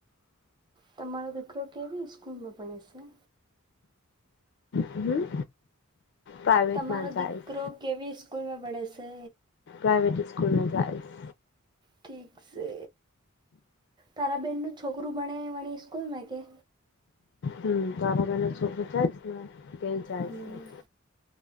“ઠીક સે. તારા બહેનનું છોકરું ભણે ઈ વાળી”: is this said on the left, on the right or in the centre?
Right